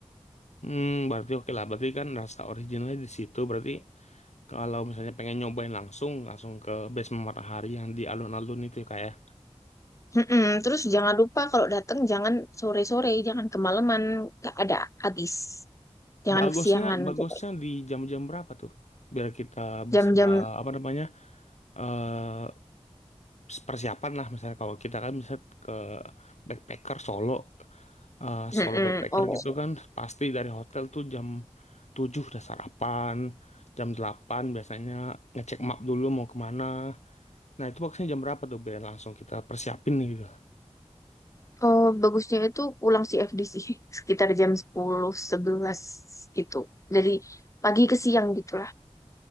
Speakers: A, on the left; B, on the left.
A: Hmm, berarti oke lah. Berarti kan rasa originalnya di situ. Berarti kalau misalnya pengen nyobain langsung, langsung ke Basement Matahari yang di alun-alun itu ya kayak.
B: Mm-mm. Terus jangan lupa kalau datang jangan sore-sore, jangan kemalaman, nggak ada habis. Jangan
A: Bagusnya,
B: kesiangan
A: bagusnya
B: pokoknya.
A: di jam-jam berapa tuh? Biar kita bisa
B: Jam-jam
A: apa namanya? eh persiapan lah misalnya kalau kita kan bisa ke backpacker Solo eh
B: mm-mm.
A: solo backpacker
B: Oh.
A: gitu kan pasti dari hotel tuh jam tujuh udah sarapan jam 8 biasanya ngecek map dulu mau kemana nah itu maksudnya jam berapa tuh biar langsung kita persiapin nih gitu
B: oh, bagusnya itu pulang CFD sih <laughs> sekitar jam 10 11 gitu. Dari pagi ke siang gitu